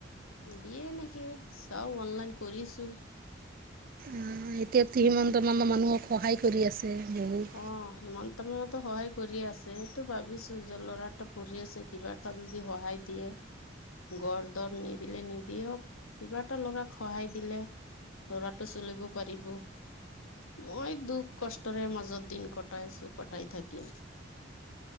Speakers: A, on the left; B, on the right.
A: দিয়ে নেকি চাও অনলাইন কৰিছো।
B: উম, এতিয়াতো হিমন্ত মামাই মানুহক সহায় কৰি আছে। বহুত
A: অহ, হিমন্ত তমাৰ মতে সহায় কৰিয়ে আছে সেইটো ভাবিছো যে ল'ৰা এটা পঢ়ি আছে কিবা এটা যদি সহায় দিয়ে। গ়ৰ দৰ নিদিলে নিদিয়ক কিবা এটা ল'ৰাক সহায় দিলে ল'ৰাটো চলিব পাৰিব, মই দুখ কষ্টৰে মাজত দিন কটাইছো কটাই থাকিম।